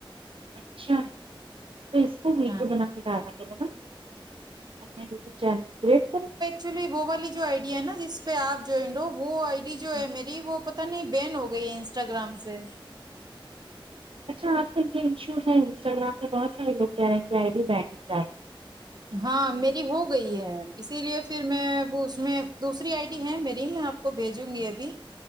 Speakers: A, on the right; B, on the right.
A: اچھا تو اس کو ویڈیو
B: ہاں
A: بنا کے ڈالنا چاہیے تھا اپنے وٹیوب چینل پے یکدم
B: چلیے وہ والی جو آئی ڈی ہے نا جس پہ آپ جوائنڈ ہو وہ آئی ڈی جو
A: ہاں،
B: ہے میری وہ پتہ نہیں بین ہو گئی ہے انسٹاگرام سے
A: اچھا آج کل یہ ایشو ہے انسٹاگرام پہ بہت سارے لوگ کہہ رہے ہیں کہ آئی ڈی بند ہو جا رہی ہیں
B: ہاں میری ہو گئی ہے اسی لیے پھر میں وہ اس میں دوسری آئی ڈی ہے میری میں آپ کو بھیجوں گی ابھی